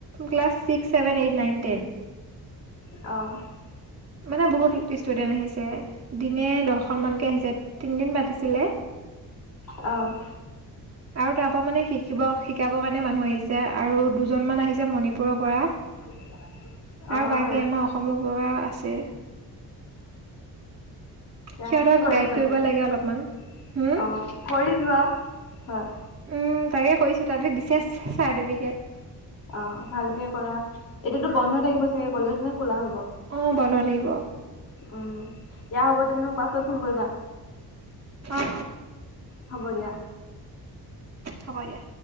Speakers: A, on the right; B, on the left.
A: class, six, seven, eight, nine, ten.
B: অ',
A: মানে, বহুত ষ্টুডেন্ট আহিছে। দিনে, দহখন মানকে আহিছে। তিনদিন পাতিছিলে।
B: অ'।
A: আৰু তাৰ পৰা মানে, শিকিব শিকাবৰ কাৰণে মানুহ আহিছে। আৰু দুজন মান আহিছে, মণিপুৰৰ পৰা।
B: <unintelligible> অ',
A: আৰু বাকী আমাৰ অসমৰ পৰা আছে
B: এতি
A: সিহঁতক
B: কি কৰি
A: গাইড
B: আছ
A: কৰিব
B: তি অ
A: লাগে অলপমান হুম
B: কৰি যোৱা হয়
A: উম, তাকে কৰিছো। তাতে দিছে, চা-চাৰ্টিফিকেট।
B: অ', ভালকে কৰা। এতিয়াতো বন্ধ থাকিব চাগে কলেজ, নে খোলা হ'ব?
A: অ', বন্ধ থাকিব।
B: উম, দিয়া হ'ব, তুমি মোক পাছত ফোন কৰিবা।
A: অঁ
B: হ'ব দিয়া।
A: হ'ব দিয়া।